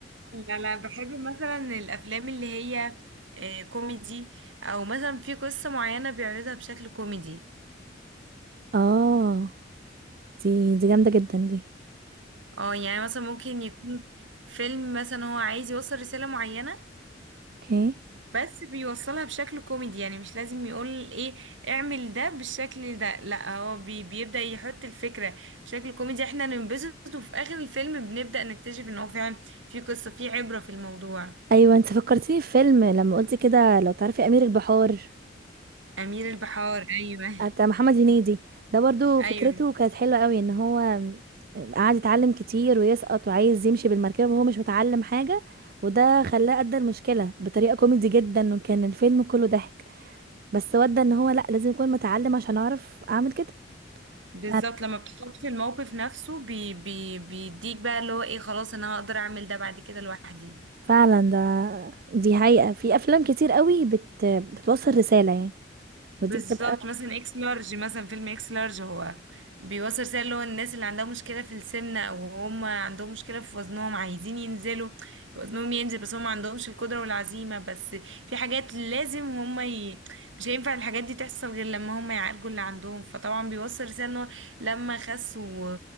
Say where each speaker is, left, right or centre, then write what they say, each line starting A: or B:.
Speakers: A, on the right; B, on the right.
A: لا لا بحب مثلا الافلام اللي هي آه، كوميدي او مثلا في قصة معينة بيعرضها بشكل كوميدي
B: اه دي دي جامدة جدا دي
A: اه يعني مثلا ممكن يكون فيلم مثلا هو عايز يوصل رسالة معينة
B: اوكي
A: بس بيوصلها بشكل كوميدي يعني مش لازم يقول ايه اعمل ده بالشكل ده لا هو بي بيبدأ يحط الفكرة بشكل كوميدي احنا ننبسط وفي اخر الفيلم بنبدأ نكتشف ان هو فعلا في قصة في عبرة في الموضوع
B: ايوه انت فكرتيني في فيلم لما قلتي كده لو تعرفي امير البحار
A: أمير البحار ايوه
B: كان بتاع
A: <laughs>
B: محمد هنيدي ده برضو
A: ايوه
B: فكرته كانت حلوة قوي ان هو قعد يتعلم كتير ويسقط وعايز يمشي بالمركبة وهو مش متعلم حاجة وده خلاه أدى المشكلة بطريقة كوميدي جدا وكان الفيلم كله ضحك بس ودى ان هو لا لازم يكون متعلم عشان اعرف اعمل كده
A: بالظبط
B: فعلا
A: لما بتحط في الموقف نفسه بي بي بيديك بقى اللي هو ايه خلاص انا هقدر اعمل ده بعد كده لوحدي
B: فعلا ده دي حقيقة في افلام كتير قوي بت... بتوصل رسالة يعني
A: بالظبط
B: ودي بتبقى
A: مثلا اكس لارج مثلا فيلم اكس لارج هو بيوصل رسالة اللي هو الناس اللي عندها مشكلة في السمنة او هم عندهم مشكلة في وزنهم عايزين ينزلوا وزنهم ينزل بس هم ما عندهمش القدرة والعزيمة بس في حاجات لازم هم ي... مش هينفع الحاجات دي تحصل غير لما هم يعالجوا اللي عندهم فطبعا بيوصل رسالة ان هو لما خس و...